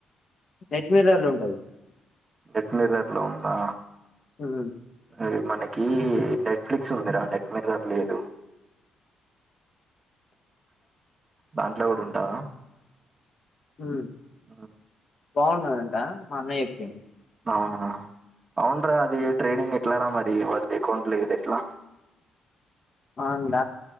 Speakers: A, on the left; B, on the right.
A: నెట్ మిర్రర్ లో ఉంటది
B: నెట్ మిర్రర్ లో ఉందా
A: మ్
B: అది మనకి నెట్ఫ్లిక్స్ ఉందిరా నెట్ మిర్రర్ లేదు దాంట్లో కూడా ఉంటదా
A: మ్
B: మ్
A: బాగున్నాదంట మా అన్న చెప్పిండు
B: అవునా అవునరా అది ట్రేడింగ్ ఎట్లారా మరి వాడిది ఎకౌంట్ లేదు ఎట్లా
A: వాంద